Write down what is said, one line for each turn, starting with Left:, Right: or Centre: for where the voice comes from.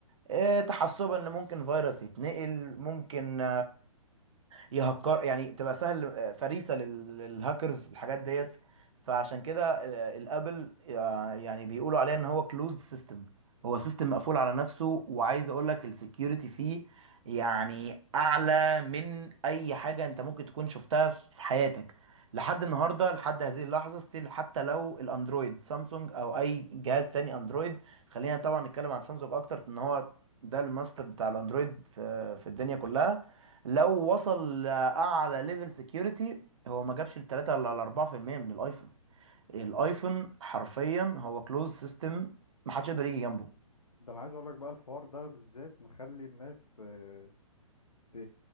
Right: آه، تحسبا اللي ممكن فيروس يتنقل ممكن يهكر يعني تبقى سهل آه، فريسه لل- للهاكرز الحاجات ديت فعشان كده آه، الابل آه، يعني بيقولوا عليه ان هو كلوزد سيستم هو سيستم مقفول على نفسه وعايز اقول لك السكيورتي فيه يعني اعلى من اي حاجه انت ممكن تكون شفتها في حياتك لحد النهارده لحد هذه اللحظه ستيل حتى لو الاندرويد سامسونج او اي جهاز تاني اندرويد خلينا طبعا نتكلم عن سامسونج اكتر ان هو ده الماستر بتاع الاندرويد في في الدنيا كلها لو وصل لاعلى ليفل سكيورتي هو ما جابش ال 3 ولا ال 4% من الايفون الايفون حرفيا هو كلوز سيستم ما حدش يقدر يجي جنبه
Left: ده انا عايز اقول لك بقى الحوار ده بالذات مخلي الناس آه، ت-